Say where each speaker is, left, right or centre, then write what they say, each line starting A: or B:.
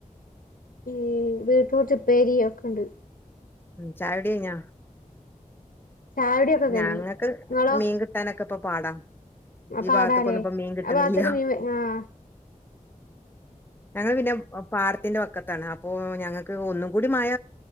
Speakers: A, on the left; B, on the left.
A: ഈ ബീറ്റ്റൂട്ട് ഉപ്പേരി ഒക്കെണ്ട്
B: ചായുടി കയിഞ്ഞ
A: ചായുടിയൊക്കെ കഴിഞ്ഞു
B: ഞങ്ങക്ക്
A: നിങ്ങളോ
B: മീൻ കിട്ടാനൊക്കെ ഇപ്പൊ പാടാ
A: ആ
B: ഈ
A: പാടാലേ
B: ഭാക്ത്തിക്കൊന്നും ഇപ്പ മീൻ കിട്ടണില്ല്യാ
A: ആ ഭാഗത്തേക്ക് മീൻ ആഹ്
B: ഞങ്ങള് പിന്നെ പാടത്തിന്റെ വക്കത്താണ് പ്പോ ഞങ്ങക്ക് ഒന്നും കൂടി മഴ